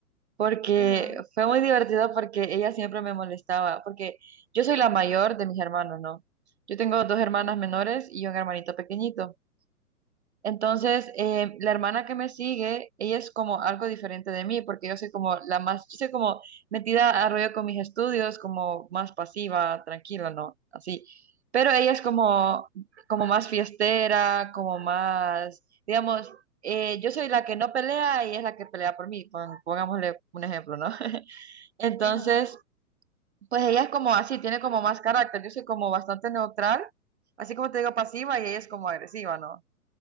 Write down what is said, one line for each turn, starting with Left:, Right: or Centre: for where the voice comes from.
Right: porque
Left: ajá.
Right: fue muy divertido porque ella siempre me molestaba, porque yo soy la mayor de mis hermanos, ¿no? Yo tengo dos hermanas
Left: Ah,
Right: menores y un hermanito pequeñito. Entonces, eh, la hermana que me sigue, ella es como algo diferente de mí, porque yo soy como la más, yo soy como metida a rollo con mis estudios, como más pasiva, tranquila, ¿no? Así. Pero ella es como, como más fiestera, como más, digamos, eh, yo soy la que no pelea y es la que pelea por mí, pon- pongámosle un ejemplo, ¿no? <laughs> Entonces,
Left: Ajá,
Right: pues ella es como así, tiene como más carácter, yo soy como bastante neutral, así como te digo pasiva y ella es como agresiva, ¿no?